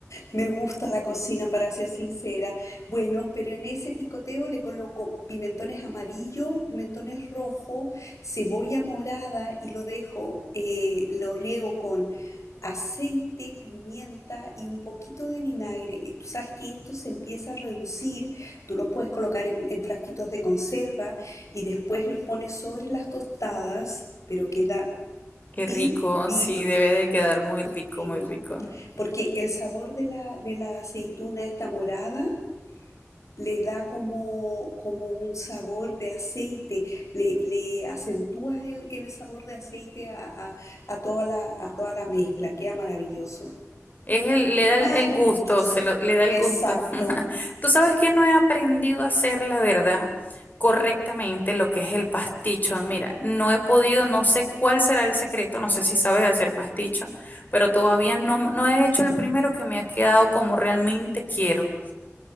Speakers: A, on the left (about 80°); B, on the left (about 35°).
A: Me gusta la cocina, para ser sincera. Bueno, pero en ese picoteo le coloco pimentones amarillos, pimentones rojos, cebolla morada y lo dejo, eh, lo riego con aceite, pimienta y un poquito de vinagre. Y tú sabes que esto se empieza a reducir. Tú los puedes colocar en, en frasquitos de conserva y después los pones sobre las tostadas, pero queda
B: Qué
A: divino,
B: rico, sí, debe de quedar
A: divino,
B: muy rico,
A: divino
B: muy rico.
A: porque el sabor de la, de la aceituna esta morada le da como, como un sabor de aceite, le, le acentúa el, el sabor de aceite a, a- a toda la, a toda la mezcla, queda maravilloso,
B: Es el- le da el,
A: maravilloso.
B: el gusto, se lo, le da el
A: Exacto.
B: gusto. <laughs> Tú sabes que no he aprendido a hacer, la verdad, correctamente lo que es el pasticho. Mira, no he podido, no sé cuál será el secreto, no sé si sabes hacer pasticho, pero todavía no, no he hecho el primero que me ha quedado como realmente quiero.